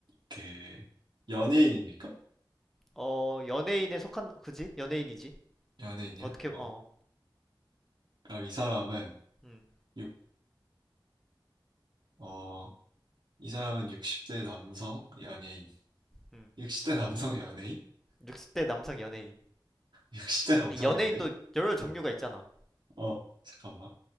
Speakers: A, on the right; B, in the centre.
A: 그, 연예인입니까?
B: 어, 연예인에 속한, 그지? 연예인이지.
A: 연예인이야?
B: 어떻게,
A: 어.
B: 어,
A: 그럼 이 사람은,
B: 음,
A: 육, 어, 이 사람은 60대 남성 연예인.
B: 음.
A: 60대 남성 연예인?
B: 60대 남성 연예인.
A: 60대 남성
B: 연예인도
A: 연예인?
B: 여러 종류가
A: 어,
B: 있잖아.
A: 어, 잠깐만.